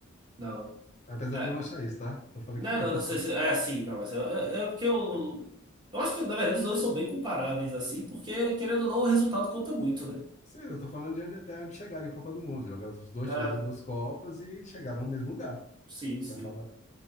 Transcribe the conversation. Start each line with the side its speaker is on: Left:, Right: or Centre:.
Right: Não.
Left: Apesar
Right: É.
Left: de eu não achar isso, tá? Tô falando
Right: Não,
Left: que é,
Right: não,
Left: não.
Right: não sei se. É, sim, não, mas é, é é porque eu. Eu acho que, na verdade, os dois são bem comparáveis, assim, porque, querendo ou não, o resultado conta muito, né?
Left: Sim, eu tô falando de onde até onde chegaram em Copa do Mundo. Jogar, os dois
Right: É,
Left: tiveram duas Copas e chegaram no mesmo lugar.
Right: sim, sim.
Left: Vai falar,